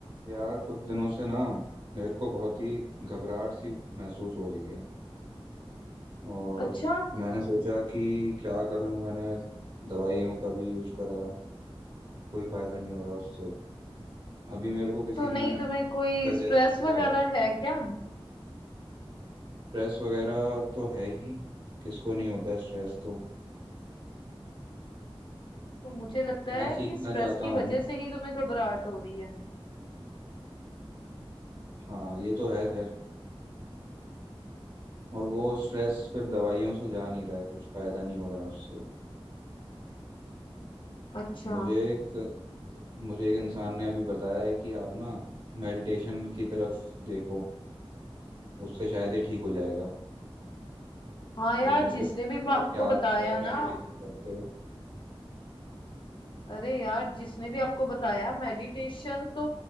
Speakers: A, on the right (about 55°); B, on the left (about 55°).
A: यार कुछ दिनों से ना मेरे को बहुत ही घबराहट सी महसूस हो रही है और
B: अच्छा
A: मैंने सोचा कि क्या करूं मैंने दवाइयों का भी यूज़ करा कोई फ़ायदा नहीं हो रहा उससे अभी मेरे को किसी
B: तो नहीं
A: ने
B: तुम्हें कोई
A: सजेस्ट
B: स्ट्रेस
A: किया
B: वगैरह
A: है
B: है क्या
A: स्ट्रेस वगैरह तो है ही किसको नहीं होता है स्ट्रेस तो
B: तो मुझे लगता
A: मैं
B: है
A: सीखना
B: कि स्ट्रेस
A: चाहता
B: की वजह
A: हूँ
B: से ही तुम्हें घबराहट हो रही है
A: हाँ ये तो है खैर और वो स्ट्रेस फिर दवाइयों से जा नहीं रहा है कुछ फ़ायदा नहीं हो रहा है उससे
B: अच्छा
A: मुझे एक मुझे एक इंसान ने अभी बताया है कि आप ना मेडिटेशन की तरफ देखो उससे शायद ये ठीक हो जाएगा
B: हाँ यार
A: तो मेरे
B: जिसने
A: को
B: भी
A: लगा
B: आपको
A: कि आप
B: बताया
A: शायद मेडिटेशन
B: ना
A: करते हो
B: अरे यार जिसने भी आपको बताया मेडिटेशन तो